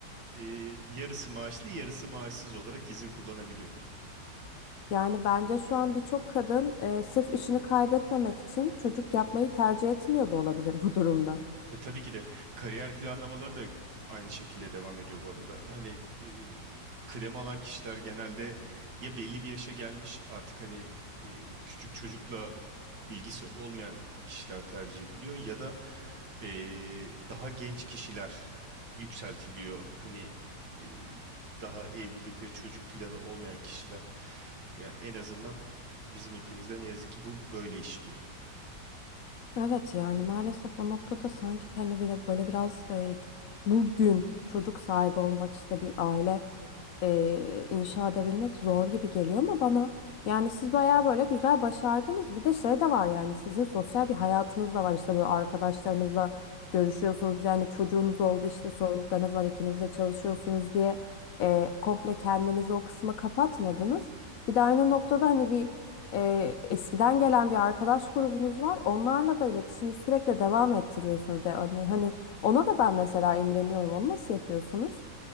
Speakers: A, on the right; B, on the left.
A: e, yarısı maaşlı yarısı maaşsız olarak izin kullanabiliyor.
B: Yani bence şu an birçok kadın e, sırf işini kaybetmemek için çocuk yapmayı tercih etmiyor da olabilir bu durumda.
A: E, tabii ki de kariyer planlamaları da aynı şekilde devam ediyor bu arada. Hani e, kıdem alan kişiler genelde ya belli bir yaşa gelmiş artık hani e, küçük çocukla ilgisi olmayan kişiler tercih ediliyor ya da e, daha genç kişiler yükseltiliyor. Hani e, daha evlilik ve çocuk planı olmayan kişiler. Ya en azından bizim ülkemizde ne yazık ki bu böyle işliyor.
B: Evet yani maalesef o noktada sanki hani böyle, böyle biraz e, ç- bugün çocuk sahibi olmak işte bir aile e, inşa edebilmek zor gibi geliyor ama bana yani siz bayağı böyle güzel başardınız. Bir de şey de var yani sizin sosyal bir hayatınız da var işte böyle arkadaşlarınızla görüşüyorsunuz. Yani çocuğunuz oldu işte sorumluluklarınız var ikiniz de çalışıyorsunuz diye e, komple kendinizi o kısma kapatmadınız. Bir de aynı noktada hani bir e, eskiden gelen bir arkadaş grubunuz var. Onlarla da iletişimi sürekli devam ettiriyorsunuz. Yani hani hani ona da ben mesela imreniyorum. Onu nasıl yapıyorsunuz?